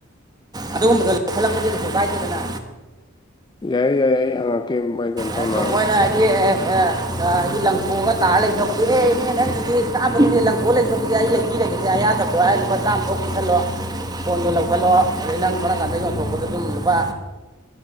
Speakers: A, on the right; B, on the left.
A: ꯑꯗꯨꯒꯨꯝꯕꯗ ꯂꯧꯈꯠꯂꯛꯄꯗꯨ ꯀꯩꯁꯨ ꯀꯥꯏꯗꯦꯗꯅ
B: ꯌꯥꯏꯌꯦ ꯌꯥꯏꯌꯦ ꯑꯩ ꯍꯪꯉꯛꯀꯦ ꯃꯨꯛ ꯕꯥꯥꯏ ꯀꯩꯅꯣ ꯇꯧꯅꯔ
A: ꯑꯗꯣ ꯃꯣꯏꯅ ꯍꯥꯏꯗꯤ ꯑꯦ ꯇꯥ ꯍꯥꯏꯗꯤ ꯂꯪꯊꯣꯛꯑꯒ ꯇꯥꯔ ꯂꯩꯊꯍꯧꯕꯁꯦ ꯑꯦ ꯏꯅꯦ ꯅꯪꯒꯤꯗꯤ ꯆꯥꯕꯅꯤꯁꯦ ꯂꯪꯊꯣꯛ ꯂꯩꯊꯍꯧꯕꯁꯦ ꯑꯩ ꯂꯩꯕꯤꯔꯒꯦꯁꯦ ꯑꯌꯥꯗꯕ ꯗꯣ ꯑꯩ ꯂꯨꯄꯥ ꯆꯥꯝ ꯊꯣꯛ ꯄꯤꯁꯜꯂꯣ ꯐꯣꯟꯗꯣ ꯂꯧꯈꯠꯂꯣ ꯑꯗꯩ ꯅꯪ ꯊꯣꯛꯅꯀꯥꯟꯗ ꯌꯣꯟꯊꯣꯛꯄꯗ ꯑꯗꯨꯝ ꯂꯨꯄꯥ